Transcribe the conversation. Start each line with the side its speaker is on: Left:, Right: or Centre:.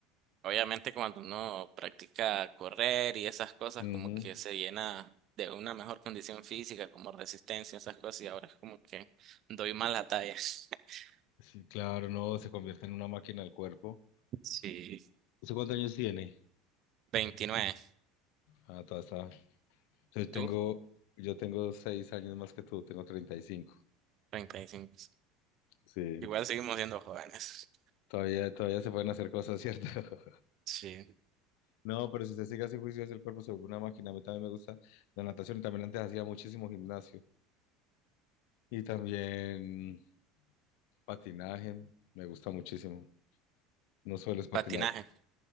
Right: obviamente cuando uno practica correr y esas cosas
Left: Ujú.
Right: como que se llena de una mejor condición física, como resistencia, esas cosas, y ahora es como que doy más la talla. <laughs>
Left: Sí, claro, no, se convierte en una máquina el cuerpo.
Right: Sí,
Left: ¿Usted cuántos años tiene?
Right: veintinueve
Left: Ah, todavía está. Yo tengo,
Right: tú
Left: yo tengo seis años más que tú, tengo 35.
Right: treinta y cinco
Left: Sí,
Right: Igual seguimos siendo jóvenes.
Left: todavía, todavía se pueden hacer cosas, ¿cierto? <laughs>
Right: Sí,
Left: No, pero si usted sigue así juicioso, el cuerpo se vuelve una máquina. A mí también me gusta la natación y también antes hacía muchísimo gimnasio. Y también Patinaje, me gusta muchísimo. No suelo es patinar.
Right: patinaje.